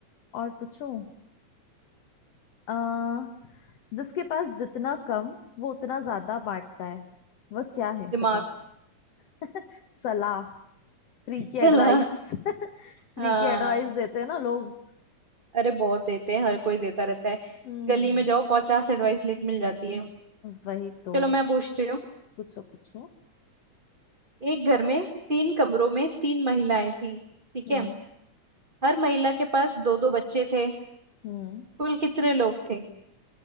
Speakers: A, on the left; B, on the right.
A: और पूछूं आ जिसके पास जितना कम वो उतना ज्यादा बांटता है वह क्या है
B: दिमाग
A: बताओ <laughs> सलाह फ्री की
B: चला
A: एडवाइस <laughs> फ्री
B: हाँ
A: की एडवाइस देते हैं ना लोग
B: अरे बहुत देते हैं हर कोई देता रहता है
A: हम्म
B: गली में जाओ पचास एडवाइस लिख मिल जाती है
A: वही तो
B: चलो मैं पूछती हूँ
A: पूछो पूछो
B: एक घर में तीन कमरों में तीन महिलाएं थी ठीक
A: हम्म
B: है हर महिला के पास दो दो बच्चे थे
A: हम्म
B: कुल कितने लोग थे